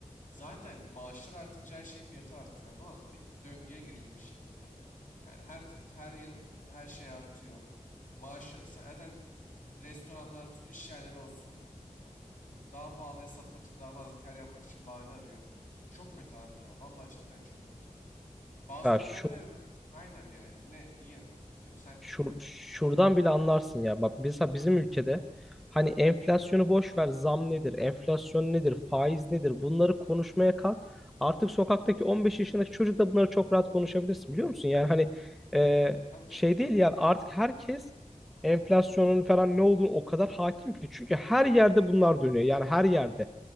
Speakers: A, on the left; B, in the centre.
A: Zaten maaşlar artınca her şeyin fiyatı artıyor falan. Bir döngüye girilmiş şekilde. Yani her her yıl her şey artıyor. Maaşı zaten restoranlar tut, iş yerleri olsun. e, daha pahalıya satmak için, daha fazla kar yapmak için bahane arıyor. Çok kötü abi ya. Vallahi cidden çok kötü. Bazı
B: Ya
A: ülkelerde
B: şu
A: e, aynen yani yine iyi gidiyor. Sen
B: Şur- şuradan bile anlarsın ya. Bak mesela bizim ülkede hani enflasyonu boş ver, zam nedir, enflasyon nedir, faiz nedir bunları konuşmaya kalk. Artık sokaktaki 15 yaşındaki çocuk da bunları çok rahat konuşabilirsin biliyor musun? Yani hani e,
A: tabii tabii.
B: şey değil yani artık herkes enflasyonun falan ne olduğunu o kadar hakim ki. Çünkü her yerde bunlar dönüyor. Yani her yerde.